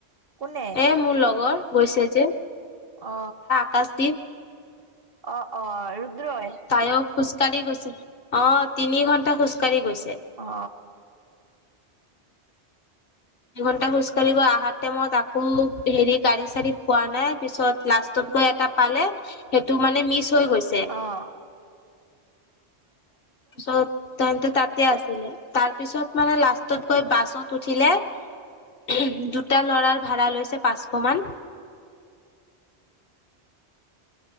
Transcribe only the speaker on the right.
কোনে
অ।
অ অ ৰুদ্ৰই।
অ।
অ',